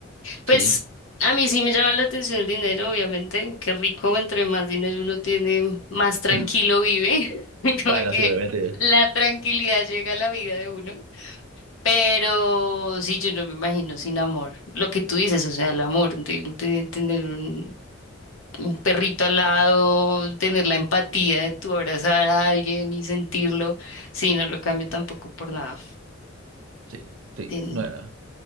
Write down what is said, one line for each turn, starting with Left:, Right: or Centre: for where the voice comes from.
Left: Pues
Right: Sí.
Left: a mí sí me llama la atención el dinero, obviamente. Qué rico, entre más dinero uno tiene, más tranquilo
Right: <laughs>
Left: vive. <laughs> Como
Right: Bueno,
Left: que
Right: sí, obviamente.
Left: la tranquilidad llega a la vida de uno. Pero sí, yo no me imagino sin amor. Lo que tú dices, o sea, el amor, de, de tener un, un perrito al lado, tener la empatía de tu abrazar a alguien y sentirlo. Sí, no lo cambio tampoco por nada.
Right: Sí, sí,
Left: Tienen.
Right: no era,